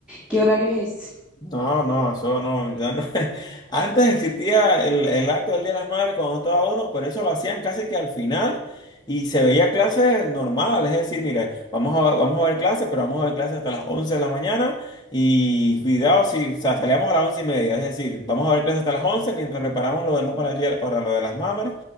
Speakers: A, in the centre; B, on the left.
A: ¿qué horario es ese?
B: No, no, eso no, ya no. <laughs> Antes existía el, el acto del Día de las Madres cuando estaba uno, pero eso lo hacían casi que al final y se veía clases normales, es decir, mire, vamos a, vamos a ver clases, pero vamos a ver clases hasta las 11 de la mañana y cuidado si, o sea, salíamos a las 11 y media, es decir, vamos a ver clases hasta las 11 mientras preparamos lo demás para el día, para lo de las madres